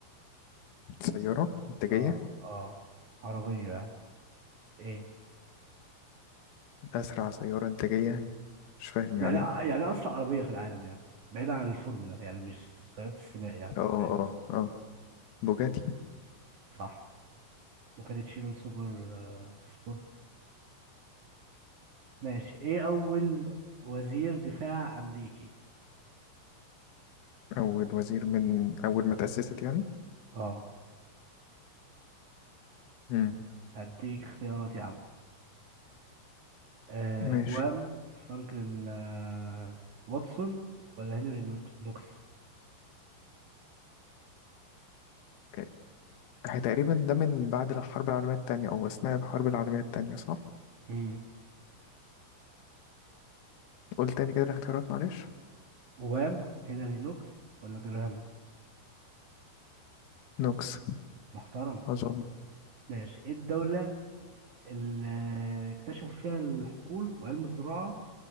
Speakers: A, on the left; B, on the right.
A: سيارة انتاجية
B: اه اه عربية يعني ايه؟
A: اسرع سيارة انتاجية مش فاهم
B: يعني
A: يعني ايه.
B: يعني اسرع عربيه في العالم يعني بعيدا عن الفورمولا يعني مش سيارات السباق يعني
A: اه
B: فاهم
A: اه اه بوجاتي
B: صح وكانت شيرون سوبر آه، سبورت ماشي ايه اول وزير دفاع امريكي
A: اول وزير من اول ما تأسست يعني
B: اه
A: مم.
B: هديك اختيارات يا عم آه
A: ماشي
B: جوام فرانكلين آه واتسون ولا هنري نوك- نوكس
A: اه، هي تقريبا ده من بعد الحرب العالمية التانية او اثناء الحرب العالمية التانية صح
B: امم
A: قول تاني كده الاختيارات معلش
B: جوام هنري نوكس ولا جراهام
A: نوكس
B: محترم
A: اظن
B: ماشي ايه الدولة اللي اكتشفوا فيها الحقول وعلم الزراعة